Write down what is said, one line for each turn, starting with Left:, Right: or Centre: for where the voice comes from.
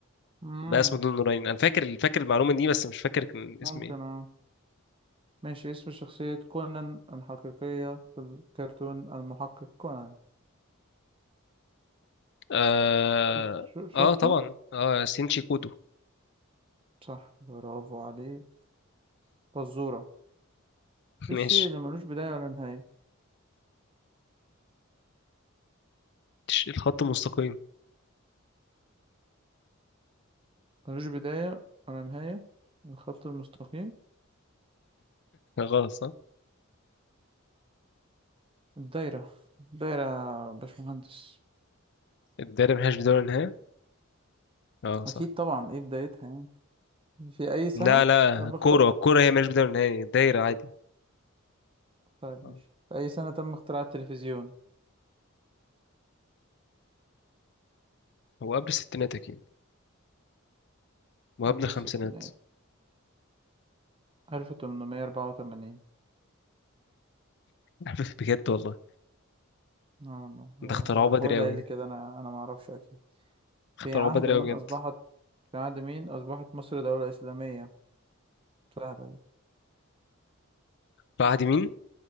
Right: مم.
Left: بقى اسمه ذو النورين انا فاكر فاكر المعلومة دي بس مش فاكر كان اسم
Right: ممكن
Left: ايه
Right: اه ماشي اسم شخصية كونان الحقيقية في الكرتون المحقق كونان
Left: اه,
Right: شفت شو- شفته؟
Left: آه طبعا اه سينشي كودو
Right: صح برافو عليه فزورة
Left: <laughs>
Right: ايه
Left: ماشي
Right: الشيء اللي ملوش بداية ولا نهاية؟
Left: الخط المستقيم
Right: ملوش بداية ولا نهاية الخط المستقيم
Left: غلط صح
Right: الدايرة دايرة يا باشمهندس
Left: الدايرة ملهاش بداية ولا نهاية اه صح
Right: أكيد طبعا إيه بدايتها يعني في أي سنة
Left: لا لا
Right: تم
Left: الكورة
Right: اختراع
Left: الكورة هي ملهاش بداية ولا نهاية دايرة عادي
Right: طيب
Left: آه.
Right: ماشي في أي سنة تم اختراع التلفزيون
Left: هو قبل الستينات أكيد وقبل
Right: قبل
Left: الخمسينات
Right: الستينات 1884
Left: <laughs> بجد والله
Right: اه والله هو
Left: ده اخترعوه
Right: هو هو
Left: بدري
Right: اللي
Left: أوي
Right: قال لي كده أنا أنا معرفش أكيد في
Left: اخترعوه
Right: عهد
Left: بدري
Right: من
Left: أوي
Right: أصبحت
Left: بجد
Right: في عهد مين أصبحت مصر دولة إسلامية سهلة دي
Left: بعد مين؟